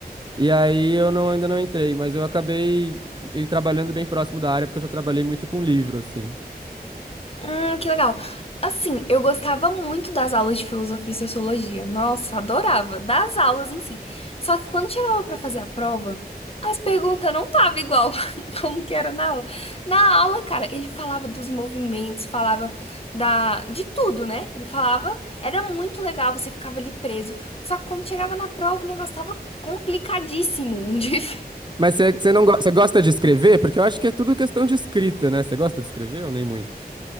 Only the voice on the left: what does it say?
Hum, que legal. Assim, eu gostava muito das aulas de filosofia e sociologia. Nossa, adorava. Das aulas em si. Só que quando chegava pra fazer a prova, as perguntas não estavam igual <laughs> como que era na aula. Na aula, cara, ele falava dos movimentos, falava da de tudo, né? Ele falava, era muito legal, você ficava ali preso. Só que quando chegava na prova, o negócio tava complicadíssimo. <laughs> de-